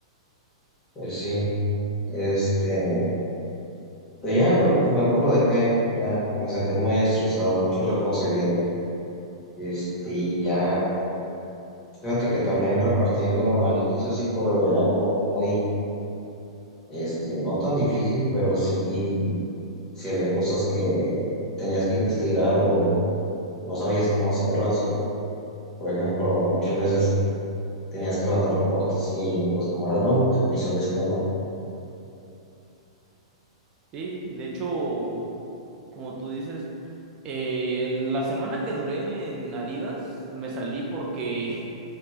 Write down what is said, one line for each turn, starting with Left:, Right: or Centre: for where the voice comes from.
Left: Pues sí, este, pues ya, pero pues mejor lo dejé, ya me sentí muy estresado, mucha responsabilidad. Este, y ya. Fíjate que también repartiendo al inicio sí fue algo muy, este, no tan difícil, pero sí, sí había cosas que tenías que investigar o no sabías cómo hacerlas o, por ejemplo, muchas veces tenías que levantar reportes y pues como eras nuevo, pues ni sabías cómo.
Right: Sí, de hecho, como tú dices, eh, la semana que duré en Adidas, me salí porque